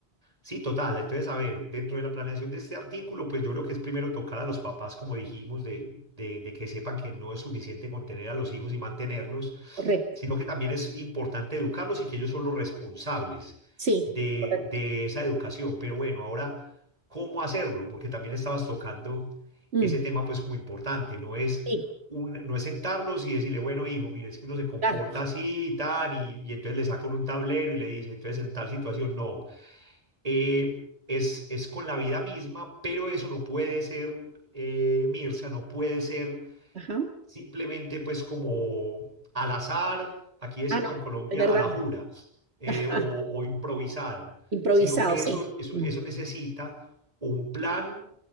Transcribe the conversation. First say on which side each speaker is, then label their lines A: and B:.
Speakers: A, on the right; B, on the right.
A: Sí, total. Entonces, a ver, dentro de la planeación de este artículo, pues yo creo que es primero tocar a los papás, como dijimos, de, de, de que sepan que no es suficiente con tener a los hijos y mantenerlos,
B: Correcto.
A: sino que también es importante educarlos y que ellos son los responsables
B: Sí,
A: de,
B: correcto.
A: de esa educación. Pero bueno, ahora, ¿cómo hacerlo? Porque también estabas tocando
B: Mm,
A: ese tema, pues como importante, no es...
B: sí,
A: un- no es sentarlos y decirle, bueno, hijo, mire, es que uno se comporta
B: claro.
A: así y tal, y, y entonces le saca uno un tablero y le dice, entonces en tal situación, no eh, es, es con la vida misma, pero eso no puede ser, eh, Mirza, no puede ser
B: Ajá.
A: simplemente pues como al azar, aquí decimos
B: Ah, no,
A: en Colombia,
B: es verdad.
A: a la jura
B: <laughs>
A: eh,
B: Ajá.
A: o, o improvisado,
B: Improvisado,
A: sino que
B: sí.
A: eso, eso,
B: Mm,
A: eso necesita un plan,